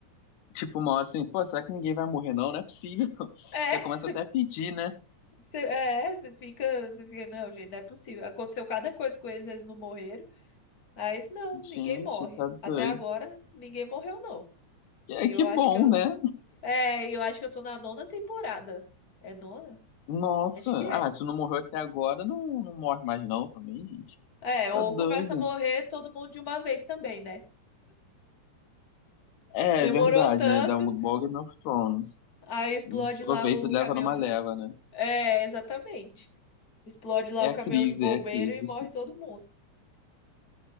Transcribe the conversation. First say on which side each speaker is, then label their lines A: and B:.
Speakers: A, on the left (about 80°); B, on the left (about 40°).
A: tipo, uma hora assim, pô, será que ninguém vai morrer não? Não é possível. <laughs>
B: É,
A: Você começa até a pedir, né?
B: você, é, você fica, você fica, não, gente, não é possível. Aconteceu cada coisa com eles, eles não morreram. Mas não, ninguém
A: Gente,
B: morre.
A: tá
B: Até
A: doido.
B: agora, ninguém morreu, não.
A: É
B: E
A: que
B: eu acho
A: bom,
B: que eu.
A: né?
B: É, eu acho que eu tô na nona temporada. É nona?
A: Nossa,
B: Acho que é.
A: ah, se não morreu até agora, não, não morre mais não também, gente.
B: É, ou
A: Tá doido.
B: começa a morrer todo mundo de uma vez também, né?
A: É,
B: Demorou
A: é verdade,
B: tanto,
A: né? Dá uma igual Game of Thrones.
B: aí explode
A: Aproveita
B: lá o
A: e leva
B: caminhão
A: numa
B: de.
A: leva,
B: bo-
A: né?
B: É, exatamente. Explode lá
A: É
B: o
A: a
B: caminhão
A: crise,
B: de bombeiro
A: é a crise.
B: e morre todo mundo.